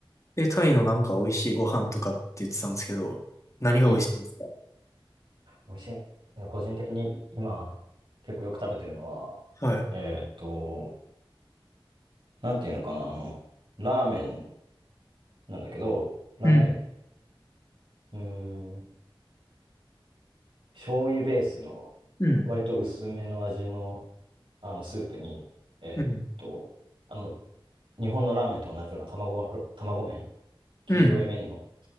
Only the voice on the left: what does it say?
え、タイのなんか美味しいご飯とかって言ってたんですけど、何が美味しいんですか
はい。
うん。
うん。
うん。
うん。うん。